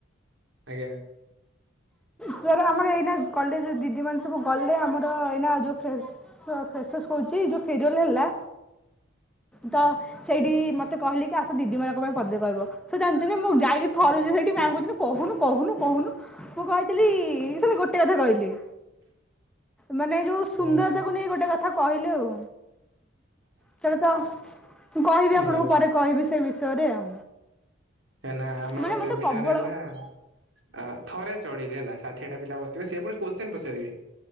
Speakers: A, on the right (about 70°); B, in the centre.
A: ଆଜ୍ଞା।
B: ସାର୍ ଆମର ଏଇନା କଲେଜ୍ ଦିଦି ମାନେ ସବୁ ଗଲେ ଆମର ଏଇନା ଯୋଉ ଫ୍ରେଶ୍ ଫ୍ରେସସ୍ କହୁଛି ଯୋଉଁ ଫେରୁଆଲ୍ ହେଲା। ତ ସେଇଠି ମତେ କହିଲି କି ଆସ ଦିଦି ମାନଙ୍କ ପାଇଁ ପଦେ କହିବ, ସେ ଜାଣିଛନ୍ତି ମୁଁ ଯାଇକି ଥରୁଛି ସେଇଠି ମ୍ୟାମ୍ କହୁଛନ୍ତି କହୁନୁ -କହୁନୁ- କହୁନୁ। ମୁଁ କହିଥିଲି ସାର୍ ଗୋଟେ କଥା କହିଲି। ମାନେ ଯୋଉ ସୁନ୍ଦରତାକୁ
A: ଓହୋ
B: ନେଇ ଗୋଟେ କଥା କହିଲି ଆଉ। ସେଟା ତ ମୁଁ କହିବି ଆପଣଙ୍କୁ
A: ଆଜ୍ଞା।
B: ପରେ କହିବି ସେ ବିଷୟରେ ଆଉ।
A: ନା ଆମର
B: ମାନେ
A: ସେମିନାର୍
B: ମତେ ପ୍ରବଳ
A: ହେଲା। ଆ ଥରେ ଚଢିଲି ହେଲା ଷାଠିଏଠା ପିଲା ବସଥିବେ, ସେ ପୁଣି କୋଶ୍ଚିନ୍ ପଚାରିବେ।